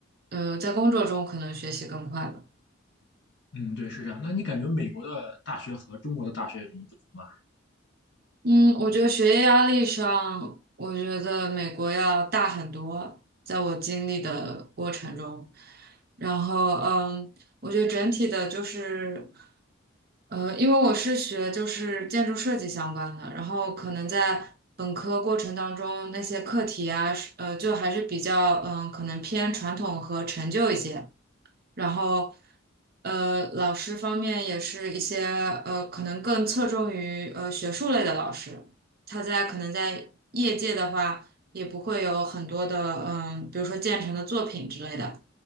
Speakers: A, on the right; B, on the left.
A: 呃，在工作中可能学习更快吧。
B: 嗯，对，是这样。那你感觉美国的大学和中国的大学有什么不同吗？
A: 嗯，我觉得学业压力上，我觉得美国要大很多，在我经历的过程中，然后嗯，我觉得整体的就是，呃，因为我是学就是建筑设计相关的，然后可能在本科过程当中那些课题啊，是呃，就还是比较嗯，可能偏传统和陈旧一些。然后呃，老师方面也是一些呃，可能更侧重于呃学术类的老师，他在可能在业界的话，也不会有很多的嗯，比如说建成的作品之类的。